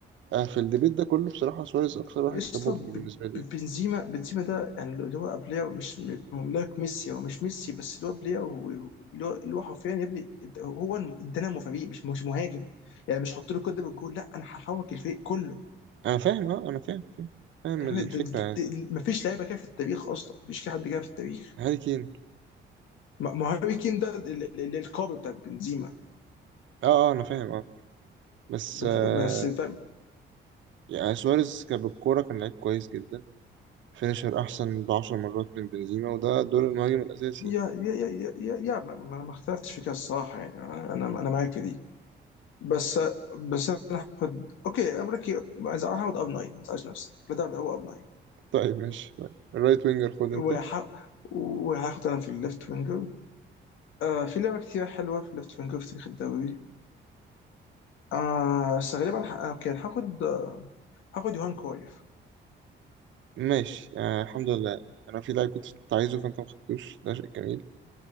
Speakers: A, on the right; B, on the left.
A: آه في الديبيت ده كله بصراحه سواريز اكتر واحد
B: قشطه
A: كان مبهر
B: ب-
A: بالنسبه لي
B: ب-
A: يعني.
B: بنزيما بنزيما ده يعني اللي هو بلاير مش م- هو لايك ميسي هو مش ميسي بس اللي هو بلاير هو- اللي هو اللي هو حرفيا يا ابني هو دينامو فريق مش مش مهاجم يعني مش هحط له كده بالجول لا انا هحرك الفريق كله
A: انا فاهم اه انا فاهم فاهم فاهم
B: ايوه
A: الفكره
B: ده- ده-
A: يعني
B: ده- مفيش لعيبه كده في التاريخ اصلا مفيش في حد كده في التاريخ
A: هاري كين
B: ما ما هاري كين ده ال- ال- القاب بتاع بنزيما
A: اه اه انا فاهم اه بس
B: ب-
A: آه
B: ب- بس فاهم؟
A: يعني سواريز كان بالكوره كان لعيب كويس جدا فينيشر احسن ب 10 مرات من بنزيما وده دور المهاجم الاساسي
B: يا يا يا يا, يا ما, ما ما اختلفتش في كده الصراحه يعني انا انا أنا معاك في دي بس بس انا هاخد اوكي امريكي عايز هاخد اب 9 ما تزعلش نفسك لا ده ده هو اب 9
A: طيب ماشي طيب الرايت وينجر خد انت
B: وح... وهاخد انا في الليفت وينجر آه في لعبه كتير حلوه في الليفت وينجر في تاريخ الدوري آه بس غالبا ح... اوكي هاخد هاخد يوهان كرويف
A: ماشي آه الحمد لله انا في لاعب كنت كنت عايزه فانت ما خدتوش ده شيء جميل